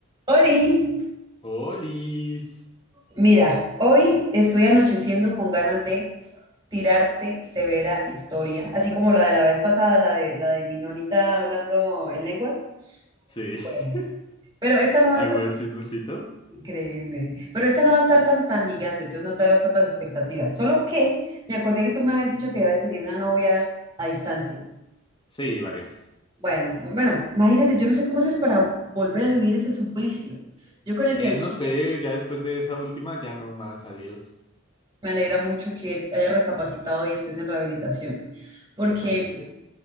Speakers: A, on the right; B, on the left.
A: Oli,
B: Olis.
A: mira, hoy estoy anocheciendo con ganas de tirarte severa historia, así como la de la vez pasada, la de la de mi nonita hablando en lenguas.
B: Sí,
A: Bueno,
B: <laughs>
A: pero esta no va
B: hago
A: a estar
B: chismecito.
A: increíble, pero esta no va a estar tan tan gigante, entonces no te hagas tantas expectativas. Solo que me acordé que tú me habías dicho que habías tenido una novia a distancia.
B: Sí, varias.
A: Bueno, bueno, imagínate, yo no sé cómo haces para volver a vivir ese suplicio. Yo con el
B: Eh,
A: que venía
B: no sé, ya después de esa última, ya no más, adiós.
A: Me alegra mucho que hayas recapacitado y estés en rehabilitación, porque
B: Totalmente.